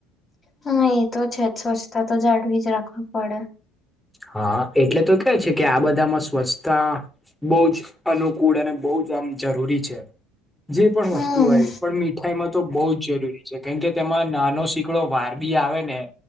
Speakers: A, on the left; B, in the centre.
A: હા એ તો છે જ સ્વચ્છતા તો જાળવી જ રાખવી પડે
B: હા એટલે તો કે છે કે આ બધામાં સ્વચ્છતા બહ જ અનુકૂળ અને બહ જ આમ જરૂરી છે જે પણ
A: હમ
B: વસ્તુ હોય પણ મી ાઈ તો બહ જરૂરી છે કેમ કે તેમાં નાનો સીકડો વાર બી આવે ને